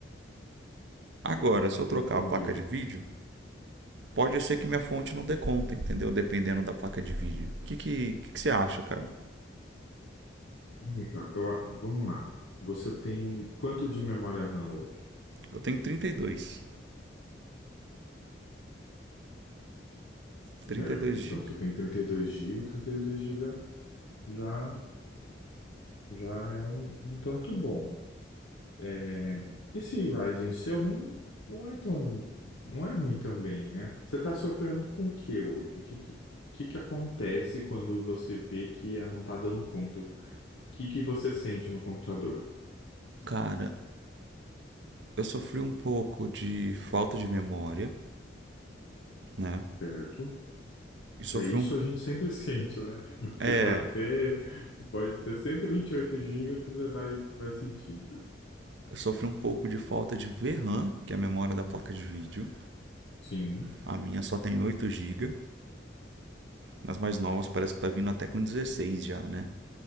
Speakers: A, on the right; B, on the left.
A: Agora, se eu trocar
B: Entendi.
A: a placa de vídeo, pode ser que minha fonte não dê conta, entendeu? Dependendo da placa de vídeo. O que, que, que, que você acha, cara?
B: Ih, cara, Eu, a- vamos lá. Você tem quanto de memória RAM hoje?
A: Eu tenho 32. 32
B: Certo.
A: GB.
B: Então, você tem 32 GB. dois GB já, já é um, um tanto bom. É, esse Ryzen seu não, não é tão, não é ruim também, né? Você está sofrendo com o que hoje? O que, que, que que acontece quando você vê que ah, não está dando conta? O que, que você sente no computador,
A: Cara, eu sofri um pouco de falta de memória, né?
B: certo?
A: E sofri
B: É isso
A: um.
B: a gente sempre <laughs> sente, né?
A: É.
B: Você pode ter, pode ter cento e e vinte e oito gigas que você vai, vai sentir.
A: Eu sofri um pouco de falta de VRAM, que é a memória da placa de vídeo.
B: Sim.
A: A minha só tem 8 GB. Nas mais novas parece que tá vindo até com 16 já, né?